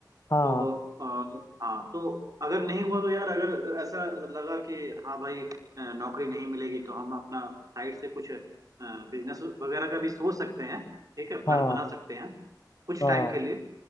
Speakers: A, on the left (about 50°); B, on the right (about 55°).
A: हाँ
B: तो अ, हाँ तो अगर नहीं हुआ तो यार अगर ऐसा लगा कि हाँ भाई अ, नौकरी नहीं मिलेगी तो हम अपना साइड से कुछ बिजनेस वगैरह का भी सोच सकते हैं ठीक है प्लान
A: हाँ
B: बना सकते हैं कुछ
A: हाँ
B: टाइम के लिए